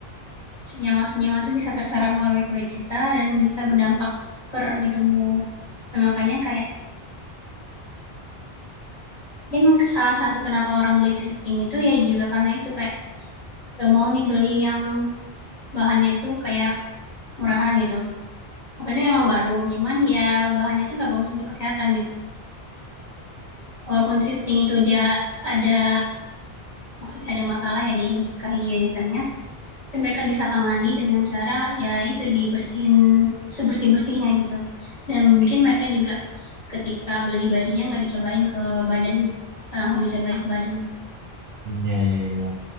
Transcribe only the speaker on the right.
Iya, iya, iya. Iya